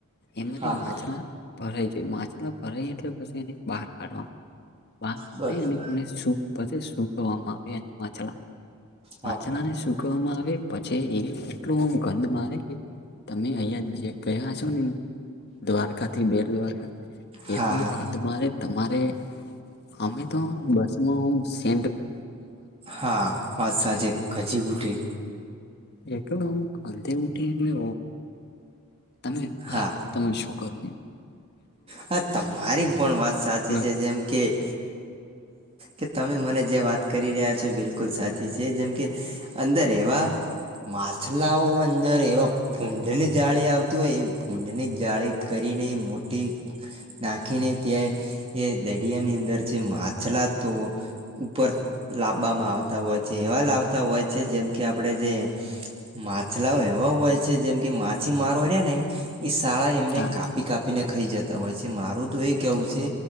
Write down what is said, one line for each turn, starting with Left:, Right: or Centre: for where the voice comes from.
Left: એમાંને
Right: હા
Left: માછલા
Right: હા
Left: ભરાઈ જોઈ માછલા ફરે એટલે પછી એને બહાર કાઢવાવામાં બહાર
Right: બરોબર
Left: કાઢી પછી સુકવામાં આવે માછલા
Right: હા
Left: માછલા ને સુકવામાં આવે પછી એ એટલું ગંધ મારે કે તમે અહિયાં ગયા છો ને? દ્વારકાથી બેડ દ્વારકા
Right: હા
Left: એટલું
Right: હા
Left: ગંધ મારે તમારે અમે તો બસ સે
Right: હા વાત સાચે ગજી ઉઠી
Left: <unintelligible> એકલો અમુક અંતે ઉઠી એટલે તમે વા
Right: હા
Left: તમે શું કરો
Right: હા તમારી પણ વાત સાચી છે
Left: <unintelligible>
Right: જેમ કે. કે તમે મને જે વાત કરી રહ્યા છો એ બિલકુલ સાચી છે જેમ કે અંદર એવા માછલાઓ અંદર એવ ફૂડને જાળી આવતું હોય ફૂડની જાળી કરીને મોટી નાખીને ત્યાં એ દરિયાની અંદર છે મા માછલા તો ઉપર લાવવામાં આવતા હોય છે એવા લાવતા હોય છે જેમ કે આપડે જે માછલાઓ એવા હોય છે જેમ કે માછીમારો છે ને એ શાળા એમને
Left: હા
Right: કાપી કાપીને ખાઈ જતા હોય છે મારું તો એ કેવું છે.